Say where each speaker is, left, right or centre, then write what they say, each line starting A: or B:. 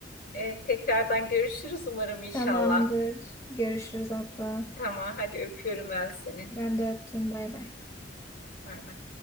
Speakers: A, on the left (about 55°); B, on the left (about 20°).
A: E, tekrardan görüşürüz umarım inşallah.
B: Tamamdır. Görüşürüz abla.
A: Tamam, hadi öpüyorum ben seni.
B: Ben de öptüm. Bay bay.
A: Bay bay.